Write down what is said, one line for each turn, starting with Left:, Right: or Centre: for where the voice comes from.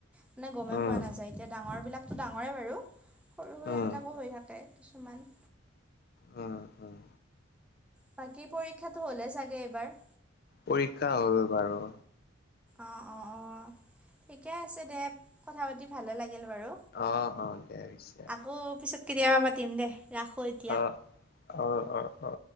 Centre: মানে গমেই
Left: উম
Centre: পোৱা নাযায় এতিয়া ডাঙৰ বিলাকতো ডাঙৰে বাৰু। সৰু সুৰাবিলাকো
Left: উম
Centre: হৈ থাকে কিছুমান।
Left: উম, উম,
Centre: বাকী পৰীক্ষাটো হ'লেই চাগে এইবাৰ।
Left: পৰীক্ষা হ'ল বাৰু।
Centre: অ, অ, অ, ঠিকে আছে দে কথা পাতি ভালে লাগিল বাৰু।
Left: অ, অ, দে পিছে।
Centre: অিছ <unintelligible> কেতিয়াবা পাতিম দে ৰাখো এতিয়া।
Left: অ, অ, অ, অ,